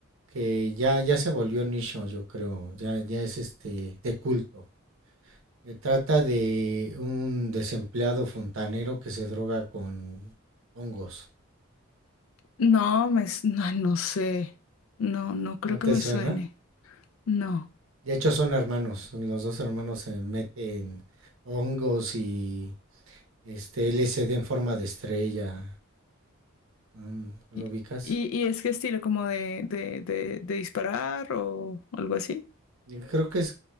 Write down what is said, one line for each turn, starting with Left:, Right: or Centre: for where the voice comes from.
Right: que ya, ya se volvió nicho, yo creo, ya, ya es este de culto. Se trata de un desempleado fontanero que se droga con hongos.
Left: No, me, s- no, no sé. No, no creo
Right: ¿No te
Left: que me
Right: suena?
Left: suene. No.
Right: De hecho son hermanos, los dos hermanos se meten hongos y este LSD en forma de estrella. ¿No ¿Lo
Left: ¿Y,
Right: ubicas?
Left: y, y es qué estilo como de, de, de, de disparar o algo así?
Right: Y Creo que es